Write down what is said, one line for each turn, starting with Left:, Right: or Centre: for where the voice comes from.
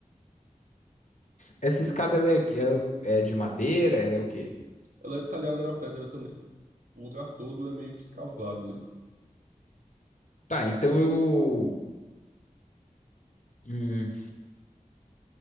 Left: Essa escada ela é, ela é de madeira? Ela é o quê?
Right: Ela é talhada na pedra também. O lugar todo é meio que cavado ali.
Left: Tá, então eu. hum,